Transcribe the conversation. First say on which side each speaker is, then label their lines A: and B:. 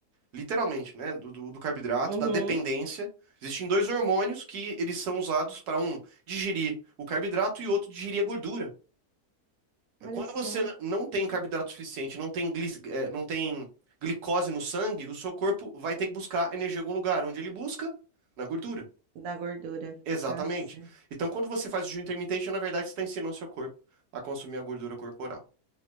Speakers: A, on the right; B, on the right.
A: literalmente, né, do, do do carboidrato,
B: Uhum.
A: da dependência. Existem dois hormônios que eles são usados para um digerir o carboidrato e outro digerir a gordura.
B: Olha
A: Quando
B: só,
A: você n- não tem carboidrato suficiente, não tem, glis- eh, não tem glicose no sangue, o seu corpo vai ter que buscar energia em algum lugar. Onde ele busca? Na gordura.
B: da gordura.
A: Exatamente.
B: Tá. certo.
A: Então, quando você faz o jejum intermitente, na verdade, você está ensinando o seu corpo a consumir a gordura corporal.